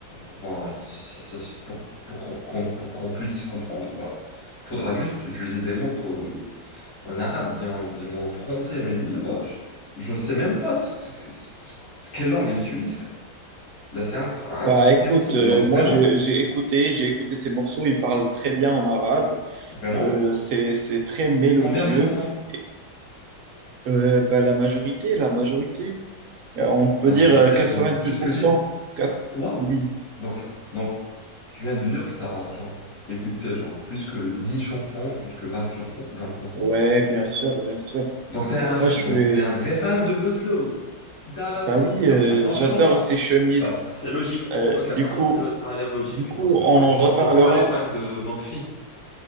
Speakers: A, on the left (about 80°); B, on the right (about 65°).
A: Bon, ça- ça- c'est pour, pour qu'on qu'on- pour qu'on puisse comprendre, bah, faudra juste utiliser des mots qu'au- en arabe, ou bien des mots en français. Mais lui, bah, je, je sais même pas ce, que- ce- ce- quelle langue il utilise, frère. Là, c'est inc- incompréhensible.
B: Bah écoute, euh,
A: Là, vraiment.
B: moi j'ai j'ai écouté, j'ai écouté ces morceaux, ils parlent très bien en arabe.
A: Vraiment?
B: Euh, c'est, c'est très mélodieux.
A: Combien de chansons?
B: Et, euh, bah, la majorité, la majorité, euh, on peut
A: La
B: dire
A: majorité,
B: euh, 90%.
A: genre plus que dix
B: Quatre-
A: Quoi?
B: Oui,
A: Donc, t'as- donc, tu viens de dire que tu as genre, écouté genre, plus que 10 chansons, plus que 20 chansons, 20 chansons.
B: ouais, bien sûr, bien sûr.
A: Donc, tu es un,
B: Moi,
A: fa-
B: je
A: donc,
B: suis,
A: t'es un vrai fan de Post Flow. D'accord.
B: bah oui,
A: Donc,
B: euh,
A: maintenant,
B: j'adore
A: je comprends.
B: ces chemises.
A: Bah, c'est logique.
B: Euh,
A: Ok,
B: du
A: maintenant,
B: coup,
A: c'est le- ça a l'air logique
B: du coup,
A: parce que
B: on
A: bah,
B: en
A: tu
B: reparlera.
A: supportes pas les fans de Morphine.